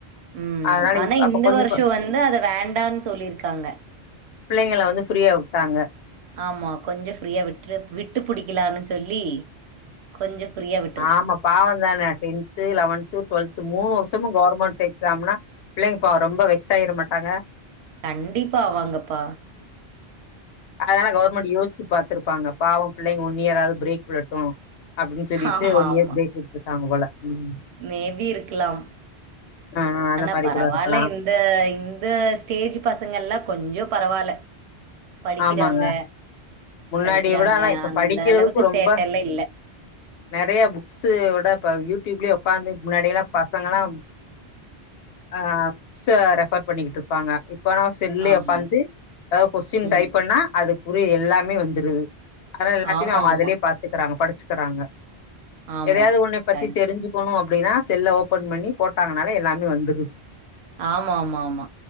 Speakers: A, on the right; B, on the left.
A: ம்
B: அதனால
A: ஆனா
B: இப்ப
A: இந்த
B: அப்ப கொஞ்சம்
A: வருஷோ
B: ப-
A: வந்து அத வேண்டான்னு சொல்லியிருக்காங்க
B: பிள்ளைங்கள வந்து ஃப்ரீயா விட்டாங்க
A: ஆமா கொஞ்சோ ஃப்ரீயா விட்று விட்டு பிடிக்கலான்னு சொல்லி கொஞ்சோ ப்ரீயா விட்
B: ஆமா பாவந்தானே டென்து லெவன்து டுவெல்து மூணு வருஷமு கவர்மெண்ட் எக்ஸாம்னா பிள்ளைங்கப்பாவோ ரொம்ப வெக்ஸ் ஆயிட மாட்டாங்க
A: கண்டிப்பா வாங்கப்பா
B: அதல்லா கவர்மெண்ட் யோசிச்சு பாத்துருப்பாங்க பாவோ பிள்ளைங்க ஒன்ன இயர் ஆவது பிரேக் ட்டு அப்டின்னு சொல்லிட்டு
A: ஆமாமா.
B: ஒன் இயர் பிரேக் விட்டுருக்காங்க போல ம்
A: மேபி இருக்கலாம்
B: ஆ அந்த
A: ஆனா
B: மாரி
A: பெரவாயில்ல
B: கூட இருக்கலா
A: இந் இந்த இந்த ஸ்டேஜ் பசங்க எல்லா கொஞ்சோ பெரவால்ல படிக்கிறாங்க
B: ஆமாங்க முன்னாடிய
A: படிக்கிறாங்க
B: விட ஆனா இப்ப
A: அந்த
B: படிக்கிறதுக்கு
A: அளவுக்கு
B: ரொம்ப
A: சேட்டலா இல்ல
B: நெறைய புக்ஸோட இப்ப யூடியூப்லயே உட்காந்து முன்னாடிய எல்லா பசங்க எல்லா ஆ புக்ஸ ரெஃபர் பண்ணிக்கிட்டு இருப்பாங்க இப்பனா செல்லே
A: ஆமாம்
B: உக்காந்து ஏதா கொஸ்டின்
A: ம்
B: டைப் பண்ணா அதுக்குரிய எல்லாமே வந்துருது அத எல்லாத்தையுமே
A: ஆமா
B: அவங்க
A: ஆமா
B: அததுலயே பாத்துக்கிறாங்க படிச்சுக்கிறாங்க
A: ஆமா
B: எதயாது ஒன்ன பத்தி
A: கண்
B: தெரிஞ்சு பாக்கணு அப்டின்னா செல்ல ஓபன் பண்ணி போட்டாங்கனால எல்லாமே வந்துருது
A: ஆமா ஆமா ஆமா